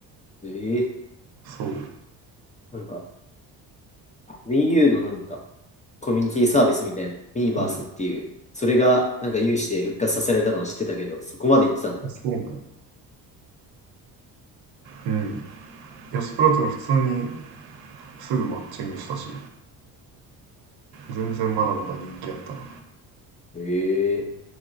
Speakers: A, on the left; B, on the right.
A: えー、
B: そう
A: なんか、Wii U のなんか、コミュニティサービスみたいな、ミーバースっていう、
B: うん
A: それがなんか有志で復活させられたのは知ってたけど、そこまで行ってたんだっけ。
B: そうなんやうんいやスプラトゥーン普通にすぐマッチングしたし全然まだまだ人気あったな
A: ええー